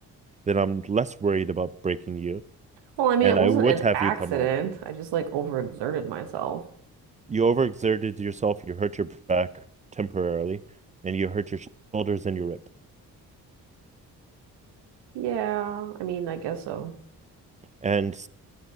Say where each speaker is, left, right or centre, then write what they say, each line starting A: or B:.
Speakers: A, on the right; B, on the right.
A: then I'm less worried about breaking you.
B: Well, I mean,
A: And
B: it wasn't
A: I would
B: an
A: have
B: accident.
A: you come over.
B: I just like overexerted myself.
A: You overexerted yourself, you hurt your back temporarily, and you hurt your shoulders and your rib.
B: Yeah, I mean, I guess so.
A: And